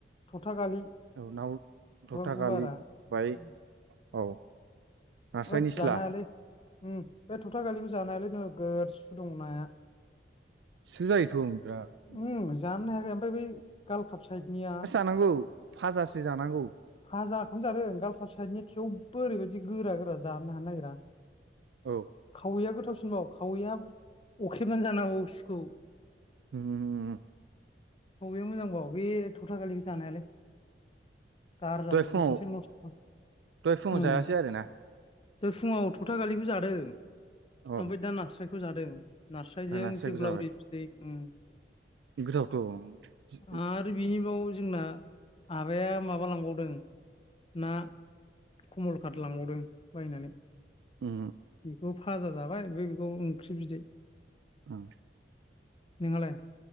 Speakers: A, on the left (about 30°); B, on the right (about 80°).
A: थथा गालि
B: औ नाव
A: खुगा
B: थथा
A: गुवारा
B: गालि बाय
A: उम,
B: औ नास्राय
A: होद
B: निस्ला
A: जानो हायालै ओम बे थथा गालिखौ जानो हायालै नोगोद सु दङ नाया
B: सुजायोथ' बिराद
A: ओम जानोनो हायाखै ओमफ्राय बै गालकाप साइडनिया
B: नांगौ फाजासो जानांगौ।
A: फाजाखौनो जादों गालकाप साइडनि थेवबो ओरैबायदि गोरा गोरा जानो हानो नागिरा
B: औ
A: खावैया गोथावसिनबाव खावैया अख्रेबनानै जानो हाबावो सुखौ।
B: ओम
A: औ बेयो मोजांबाव बे थथा गालिखौ जानो हायालै। गारजा
B: दहाय
A: जोबदोंसो
B: फुङाव
A: नस्ट
B: दहाय फुङाव
A: उम
B: जायासै आरो ना
A: दहाय फुङाव थथा गालिखौ जादों
B: औ
A: ओमफ्राय दा नास्रायखौ जादों। नास्रायजों
B: दा नास्रायखौ
A: जोग्लावरि
B: जाबाय
A: बिदै उम
B: गोथावथ' उम
A: आरो बिनि बाव जोंना आबाया माबा लांबावदों। ना कमल खात लांबावदों बायनानै।
B: ओम
A: बेखौ फाजा जाबाय ओफ्राय बेखौ ओंख्रि बिदै
B: ओम
A: नोंहालाय?